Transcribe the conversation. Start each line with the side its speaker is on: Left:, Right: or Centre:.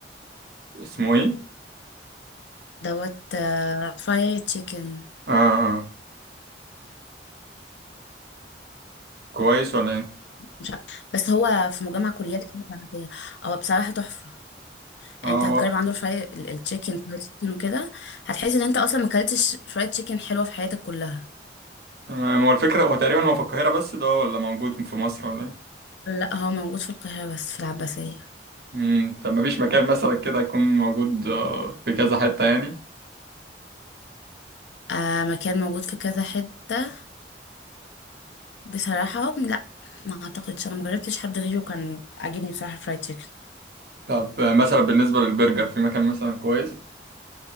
Right: اسمه ايه
Left: دوت آه فرايد تشيكن
Right: اه اه كويس ولا ايه
Left: مش عارف- بس هو في مجمع كليات كده فارماسية هو بصراحه تحفه
Right: اه
Left: يعني انت
Right: هو
Left: هتجرب عنده الفراي التشيكن فرايد تشيكن وكده هتحس ان انت اصلا ما اكلتش فرايد تشيكن حلوه في حياتك كلها
Right: تمام، هو الفكره هو تقريبا هو في القاهره بس ده ولا موجود في مصر ولا ايه
Left: لا هو موجود في القاهره بس في العباسيه
Right: مم، طب ما فيش مكان مثلا كده يكون موجود آه، في كذا حته يعني
Left: آه مكان موجود في كذا حته بصراحه لا ما اعتقدش انا مجربتش حد غيره كان عاجبني بصراحه الفرايد تشيكن
Right: طب آه، مثلا بالنسبة للبرجر في مكان مثلا كويس